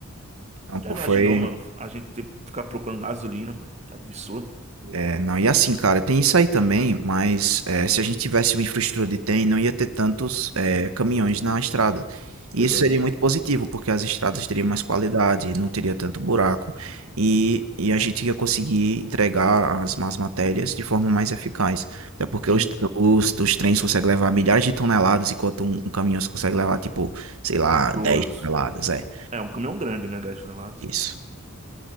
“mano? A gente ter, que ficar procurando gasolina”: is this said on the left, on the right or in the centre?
Right